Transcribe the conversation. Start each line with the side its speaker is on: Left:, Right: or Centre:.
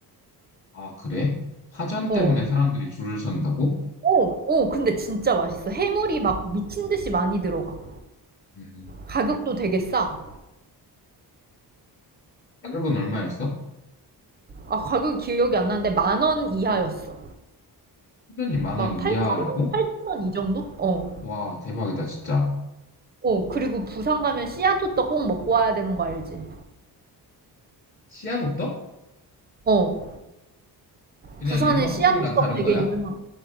Left: 아, 그래? 파전
Right: 어.
Left: 때문에 사람들이 줄을 선다고?
Right: 어, 어, 근데 진짜 맛있어. 해물이 막 미친 듯이 많이 들어가.
Left: 음.
Right: 가격도 되게 싸.
Left: 가격은 얼마였어?
Right: 아, 가격이 기억이 안 나는데 만 원 이하였어.
Left: 파전이 만원
Right: 막 8,000원?
Left: 이하라고?
Right: 8,000원 이 정도? 어.
Left: 와, 대박이다, 진짜.
Right: 어, 그리고 부산 가면 씨앗호떡 꼭 먹고 와야 되는 거 알지?
Left: 씨앗 호떡?
Right: 어.
Left: 그냥
Right: 부산에
Left: 일반
Right: 씨앗호떡
Left: 호떡이랑 다른
Right: 되게
Left: 거야?
Right: 유명한.